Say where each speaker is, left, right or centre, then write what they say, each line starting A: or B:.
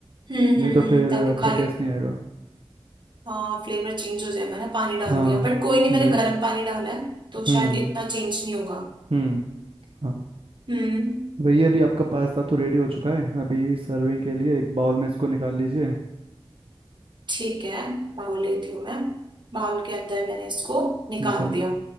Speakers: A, on the right (about 50°); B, on the right (about 65°).
A: हम्म
B: नहीं
A: हम्म
B: तो
A: हम्म,
B: फिर
A: ताकि
B: अच्छा
A: खाली
B: टेस्ट नहीं आएगा
A: हाँ फ्लेवर चेंज हो जाएगा ना पानी डाल
B: हाँ
A: दिया बट कोई नहीं
B: वही
A: मैंने गर्म पानी डाला है तो
B: हम्म
A: शायद इतना चेंज नहीं होगा
B: हम्म हाँ
A: हम्म
B: वही अभी आपका पास्ता तो रेडी हो चुका है अभी सर्विंग के लिए एक बाउल में इसको निकाल लीजिए
A: ठीक है बाउल लेती हूँ मैं बाउल के अंदर मैंने इसको निकाल
B: निकाल
A: दिया